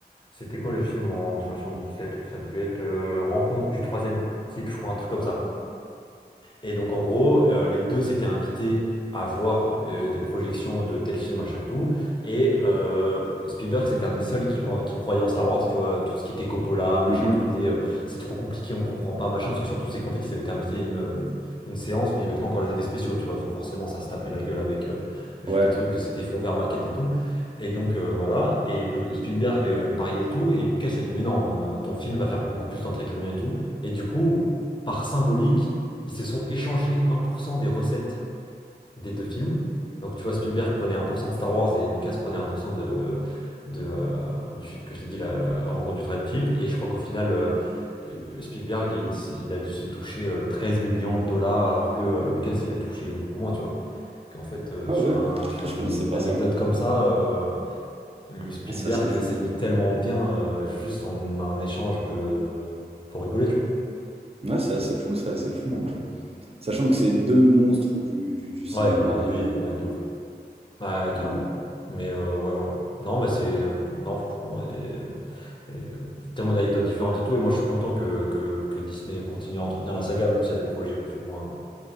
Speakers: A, on the left; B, on the right.
A: C'était quoi le film en soixante dix sept Ça devait être euh, Rencontre du troisième type, je crois, un truc comme ça. Et donc, en gros, euh, les deux s'étaient invités à voir euh, des projections de tel film, machin et tout. Et euh, Spielberg, c'était un des seuls qui, pen- qui croyait en Star Wars, tu vois, tout ce qui était Coppola, machin
B: Mhm.
A: et tout. Il disait, euh, c'est trop compliqué, on comprend pas, machin. Parce que surtout, c'est qu'en fait, ils avaient été invités à une, une séance où il n'y avait pas encore les effets spéciaux, tu vois. Donc, forcément, ça se tapait la gueule avec euh, juste
B: Ouais.
A: des trucs, c'était fond vert, maquette et tout. Et donc, euh, voilà. Et le, Spielberg euh, pariait et tout. Et Lucas se dit, mais non, euh, ton film va faire beaucoup plus d'entrées que le mien et tout. Et du coup, par symbolique, ils se sont échangés 1% des recettes des deux films. Donc tu vois, Spielberg prenait 1% de Star Wars et Lucas prenait 1% de, de, euh, du film que je t'ai dit, la euh, Rencontre du troisième type. Et je crois qu'au final, euh, euh, Spielberg, il, il a dû se toucher euh, 13 millions de dollars, alors que euh, Lucas, il a touché beaucoup moins, tu vois. Qu'en fait, euh,
B: Ah
A: sur
B: ouais,
A: un, sur
B: Ah, je
A: une,
B: connaissais
A: une
B: pas
A: anecdote
B: ça.
A: comme ça, euh, le Spielberg
B: Ah, Ça, c'est fou.
A: s'est mis tellement bien euh, juste en un échange de... pour rigoler, tu vois.
B: Ouais, c'est assez fou, c'est assez fou. en vrai. Sachant que c'est deux monstres du, du, du cinéma.
A: Ouais, aujourd'hui,
B: et
A: euh, ouais, de ouf. Ouais, carrément.
B: euh,
A: Mais euh, ouais, voilà. Non, bah c'est. bon, Non, franchement, et, euh, et, euh, tellement d'anecdotes différentes et tout. Et moi, je suis content que, que, que Disney continue à entretenir la saga, même s'il y a des projets plus ou moins,